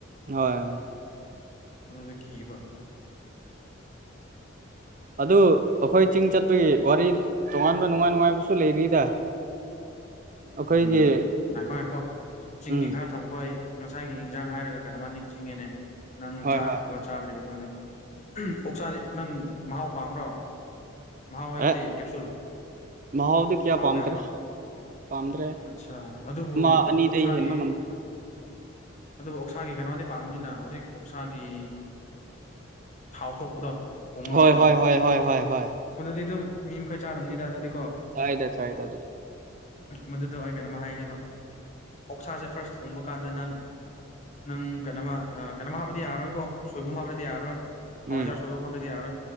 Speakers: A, on the right; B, on the left.
A: ꯍꯣꯏ
B: ꯑꯗꯨꯗ ꯀꯤꯕ
A: ꯑꯗꯨ ꯑꯩꯈꯣꯏ ꯆꯤꯡ ꯆꯠꯄꯒꯤ ꯋꯥꯔꯤ ꯇꯣꯉꯥꯟꯕ ꯅꯨꯡꯉꯥꯏ ꯅꯨꯡꯉꯥꯏꯕꯁꯨ ꯂꯩꯔꯤꯗ <unintelligible> ꯑꯩꯈꯣꯏꯒꯤ
B: ꯎꯝ ꯉꯥꯏꯈꯣ ꯉꯥꯏꯈꯣ ꯆꯤꯡꯒꯤ
A: ꯎꯝ
B: ꯈꯔ ꯊꯝꯈꯣ ꯑꯩ ꯉꯁꯥꯏꯒꯤ ꯍꯤꯟꯖꯥꯡ ꯍꯥꯏꯔꯒ ꯀꯩꯅꯣꯃ ꯅꯤꯡꯁꯤꯡꯉꯦꯅꯦ ꯅꯪ
A: ꯍꯣꯏ
B: ꯆꯥꯈ꯭ꯔꯕ
A: ꯍꯣꯏ
B: ꯆꯥꯗ꯭ꯔꯤꯕ ꯈꯪꯗꯦ ꯑꯣꯛꯁꯥꯗꯤ ꯅꯪ ꯃꯍꯥꯎ ꯄꯥꯝꯕ꯭ꯔꯣ ꯃꯍꯥꯎ ꯍꯥꯏꯕꯗꯤ
A: ꯑꯦ
B: ꯀꯦꯞꯁꯨꯜ
A: ꯃꯍꯥꯎꯗꯤ ꯀꯌꯥ
B: ꯍꯥꯎ
A: ꯄꯥꯝꯗ꯭ꯔꯦ
B: ꯑꯌꯥꯝꯕ
A: ꯄꯥꯝꯗ꯭ꯔꯦ
B: ꯑꯠꯆꯥ ꯑꯗꯨꯕꯨ
A: ꯑꯃ ꯑꯅꯤꯗꯩ
B: ꯑꯣꯛꯁꯥꯒꯤ
A: ꯍꯦꯟꯕ ꯉꯝꯗꯦ <inaudible>
B: ꯑꯗꯨꯕꯨ ꯑꯣꯛꯁꯥꯒꯤ ꯀꯩꯅꯣꯗꯤ ꯄꯥꯝꯝꯕꯅꯤꯅ ꯍꯧꯖꯤꯛ ꯑꯣꯛꯁꯥꯒꯤ ꯊꯥꯎ ꯊꯣꯛꯄꯗꯣ ꯊꯣꯡꯉꯒ
A: ꯍꯣꯏ ꯍꯣꯏ ꯍꯣꯏ ꯍꯣꯏ ꯍꯣꯏ ꯍꯣꯏ
B: ꯑꯗꯨꯗꯤ ꯑꯗꯨꯝ ꯃꯤ ꯃꯈꯥꯏ ꯆꯥꯔꯝꯅꯤꯗ ꯑꯗꯨꯗꯤ
A: ꯆꯥꯏꯗ ꯆꯥꯏ ꯇ ꯑꯗꯨ
B: ꯃꯗꯨꯗ ꯑꯩ ꯀꯩꯅꯣꯃ ꯍꯥꯏꯈꯤꯕ ꯑꯣꯛꯁꯥꯁꯦ ꯐꯥꯔꯁ ꯊꯣꯡꯕ ꯀꯥꯟꯗ ꯅꯪ ꯅꯪ ꯀꯩꯅꯣꯃ ꯀꯩꯅꯣꯝ ꯍꯥꯞꯕꯗꯤ ꯌꯥꯔꯔꯣꯏꯀꯣ ꯁꯣꯏꯕꯨꯝ ꯍꯥꯞꯕꯗꯤ ꯌꯥꯔꯔꯣꯏ ꯍꯋꯥꯏꯖꯥꯔ
A: ꯎꯝ
B: ꯁꯣꯏꯕꯤ ꯍꯥꯏꯕꯗꯤ ꯌꯥꯔꯣꯏ